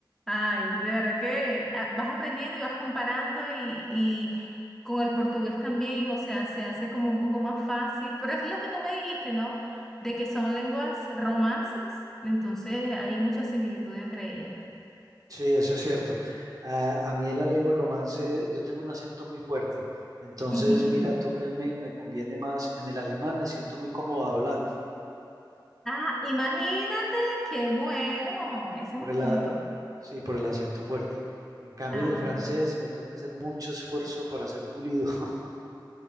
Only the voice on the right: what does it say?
Sí, eso es cierto. A, a mí en la lengua romance, yo tengo un acento muy fuerte. Entonces,
mira tú que me, me conviene más. En el alemán me siento muy cómodo hablando,
por
el,
a- sí, por el acento fuerte. En cambio,
en el francés me toca hacer mucho esfuerzo para ser pulido. <laughs>